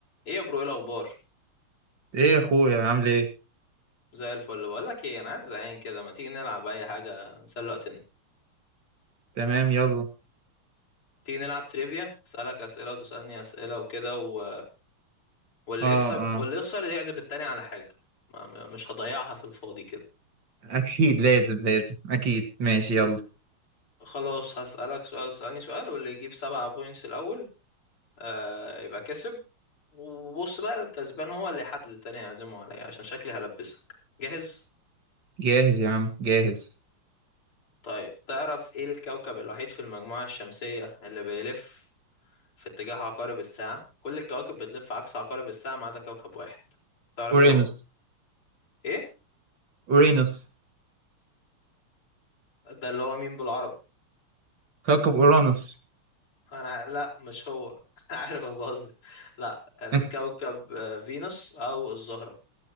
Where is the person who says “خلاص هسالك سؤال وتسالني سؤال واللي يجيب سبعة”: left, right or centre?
Left